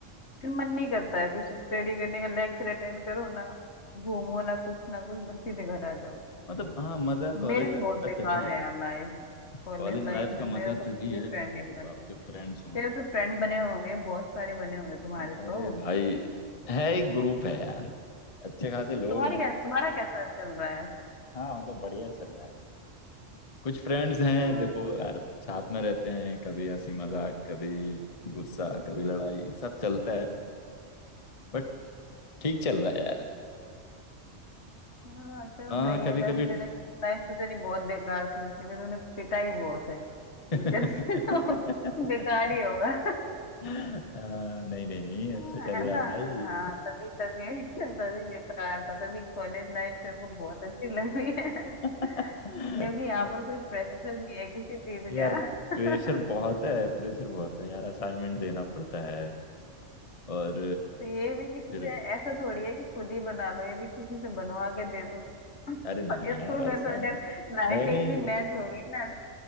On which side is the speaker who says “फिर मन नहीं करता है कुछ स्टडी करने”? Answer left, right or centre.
Left